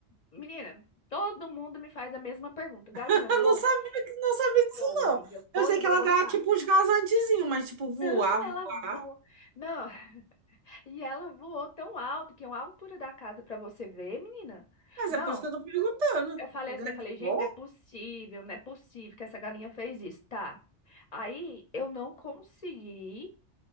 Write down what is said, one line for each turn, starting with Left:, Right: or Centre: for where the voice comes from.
Left: Menina, todo mundo me faz a mesma pergunta. Galinha,
Right: <laughs>
Left: voa?
Right: Eu não sabia, que- não sabia disso,
Left: Voa, amiga.
Right: não.
Left: Voa
Right: Eu sei
Left: e voa
Right: que ela
Left: igual
Right: dá,
Left: um pássaro.
Right: tipo, uns rasantezinhos, mas, tipo,
Left: Não,
Right: voar,
Left: ela
Right: voar.
Left: voa. Não, <laughs> e ela voou tão alto que é uma altura da casa pra você ver, menina.
Right: Mas é
Left: Não,
Right: por isso que eu tô perguntando.
Left: eu falei
Right: Galinha
Left: assim, eu falei,
Right: voa?
Left: gente, não é possível, não é possível que essa galinha fez isso. Tá. Aí eu não consegui.